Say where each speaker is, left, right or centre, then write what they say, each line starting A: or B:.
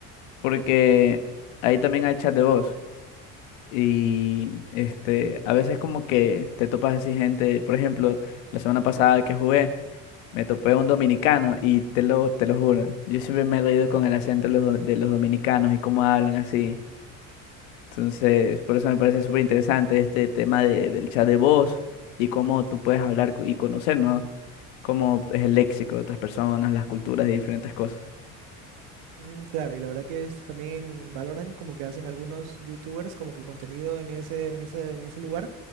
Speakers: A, on the left; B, on the right.
A: porque ahí también hay chat de voz y este, a veces como que te topas así gente, por ejemplo, la semana pasada que jugué, me topé un dominicano y te lo, te lo juro, yo siempre me he reído con el acento de los, do- de los dominicanos y cómo hablan así. Entonces, por eso me parece súper interesante este tema de- del chat de voz y cómo tú puedes hablar co- y conocer, ¿no? Cómo es el léxico de otras personas, las culturas y diferentes cosas.
B: Mm, claro, y la verdad que es, también valoran como que hacen algunos youtubers como que contenido en ese, en ese, en ese lugar